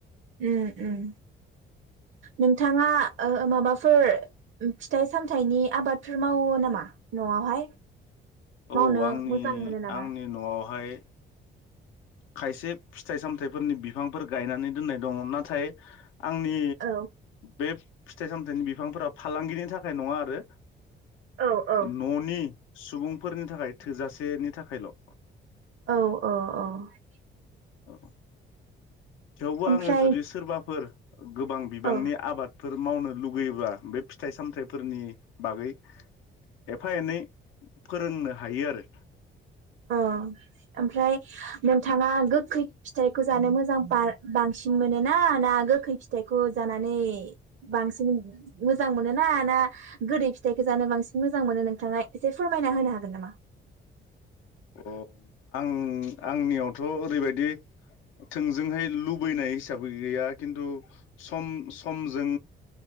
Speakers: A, on the right; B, on the left.
A: उम उम नोंथांङा माबाफोर फिथाइ सामथाइनि आबादफोर मावो नामा। न'आवहाय मावनो
B: औ आंनि
A: मोजां मोनो नामा
B: आंनि न'आव हाय खायसे फिथाय सामथायफोरनि बिफांफोर गायनानै दोननाय दंङ नाथाय आंनि
A: औ
B: बे फिथाय सामथायनि बिफांफोरा फालांगिनि थाखाय नंङा आरो।
A: औ औ
B: न'नि सुबुंफोरनि थाखाय थोजासेनि थाखायल
A: औ औ <unintelligible>
B: औ थेवबो
A: ओमफ्राय
B: आंङो जुदि सोरबाफोर गोबां बिबांनि
A: औ
B: आबादफोर मावनो लुुबैयोब्ला बे फिथाय सामथायफोरनि बागै एफा एनै फोरोंनो हायो आरो।
A: अ ओमफ्राय नोंथांङा गोखै फिथायखौ जानो मोजां बांसिन मोनोना ना गोखै फिथायखौ जानानै बांसिन मोजां मोनोना ना गोदै फिथायखौ जानो बांसिन मोजां मोनो नोंथांङा एसे फोरमायना होनो हागोन नामा।
B: अ आं आंनियावथ' ओरैबायदि थोंजोंहाय लुबैनाय हिसाबै गैया खिन्थु सम समजों